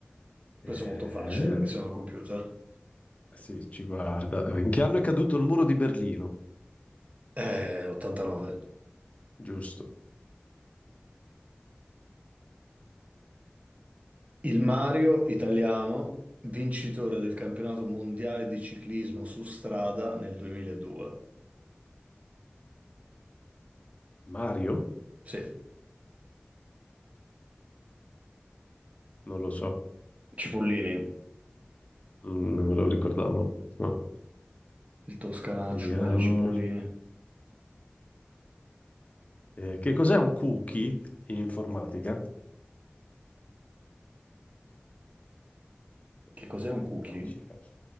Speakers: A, on the right; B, on the left.
A: Questo
B: Eh,
A: è molto facile perché siamo al computer.
B: sì, ci guarda. In che anno è caduto il muro di Berlino?
A: Eh, 89.
B: Giusto.
A: Il Mario italiano, vincitore del campionato mondiale di ciclismo su strada nel 2002.
B: Mario?
A: Sì,
B: Non lo so.
A: Cipollini.
B: Mm, non me lo ricordavo. No.
A: Il toscanaccio
B: Vediamo.
A: Mario Cipollini.
B: Eh, che cos'è un cookie in informatica?
A: Che cos'è un cookie?
B: Oh, ci faccio.